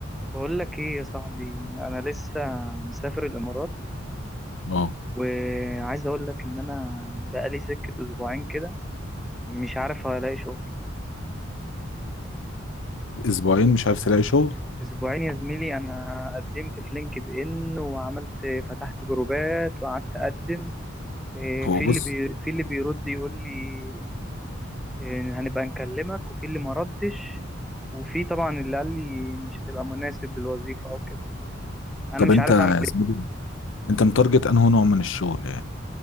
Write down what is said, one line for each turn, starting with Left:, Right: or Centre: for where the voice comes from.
Centre: بقول لك ايه يا صاحبي انا لسه مسافر الامارات
Left: اه
Centre: وعايز اقول لك ان انا بقالي سكة اسبوعين كده مش عارف هلاقي شغل
Left: اسبوعين مش عارف تلاقي شغل
Centre: اسبوعين يا زميلي انا قدمت في لينكد ان وعملت فتحت جروبات وقعدت اقدم إيه،
Left: هو
Centre: في
Left: بص
Centre: اللي بي في اللي بيرد يقول لي إيه، هنبقى نكلمك وفي اللي ما ردش وفي طبعا اللي قال لي مش هتبقى مناسب للوظيفة او كده انا
Left: طب
Centre: مش
Left: انت
Centre: عارف
Left: يا
Centre: اعمل
Left: زميلي انت متارجت انه نوع من الشغل يعني